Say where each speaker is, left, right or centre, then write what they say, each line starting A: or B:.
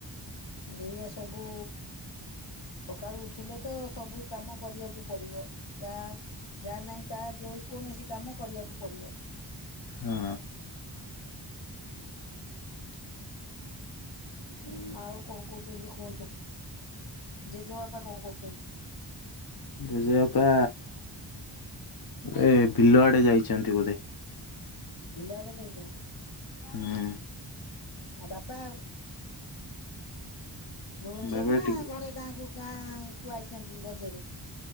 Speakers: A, on the left; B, on the left.
A: ଏଇଆ ସବୁ ସକାଳୁ ଉଠିଲେ ତ ସବୁ କାମ କରିବାକୁ ପିବ ଯାହା ଯା ନାହିଁ ତା କୌଣସି କାମ କରିବାକୁ ପଡିବ।
B: ହଁ
A: <inaudible> ହୁଁ ଆଉ କଣ କହୁଛନ୍ତି କୁହନ୍ତୁ? ଜେଜେବାପା କଣ କରୁଛନ୍ତି?
B: ଜେଜେ ବାପା ଏ ବିଲଆଡେ ଯାଇଛନ୍ତି ବୋଧେ!
A: ବିଲାଆଡେ ଯାଇଛନ୍ତି?
B: ହୁଁ।
A: ଆଉ ବାପା ଭୁବନେଶ୍ଵର
B: ବାବା
A: ନା
B: ଟିକେ
A: ଘରେ ଗାଁକୁ ଗାଁ କୁ ଆଇଛନ୍ତି ରଜରେ!